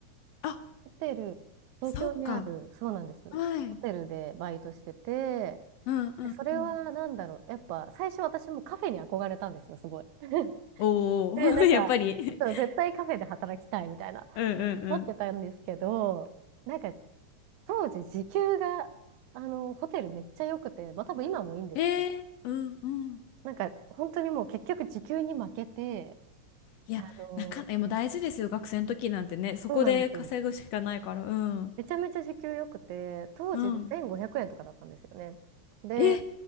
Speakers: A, on the left; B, on the right.
A: あ、
B: ホテル、東京にある、
A: そっか。
B: そうなんです。
A: はい。
B: ホテルでバイトしてて、
A: うんうんうん。
B: それはなんだろう。やっぱ最初私もカフェに憧れたんですよ、すごい。<laughs>
A: おお、
B: で、なんか、
A: <laughs> やっぱり。
B: そう、
A: <laughs>
B: 絶対カフェで働きたいみたいな、
A: うんうんうん。
B: 思ってたんですけど、なんか当時時給が、あの、ホテルめっちゃ良くて、まあ多分今もいいんですけど、
A: えー、うんうん。
B: なんか本当にもう結局時給に負けて、
A: いや、
B: あの、
A: なか、え、もう大事ですよ。学生の時なんてね。そこで稼ぐしかないから。
B: そうなんですよ。
A: うん。
B: めちゃめちゃ時給良くて、当時で1500円とかだったんですよね。
A: うん。
B: で、
A: え、